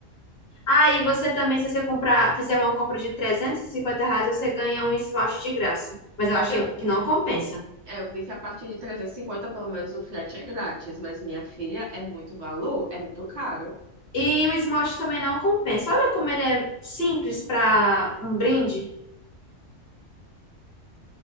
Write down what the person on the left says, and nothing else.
Aí você também, se você comprar, fizer uma compra de 350 reais, você ganha um esmalte de graça. Mas eu achei
que não compensa.
E o esmalte também não compensa. Olha como ele é simples para um brinde.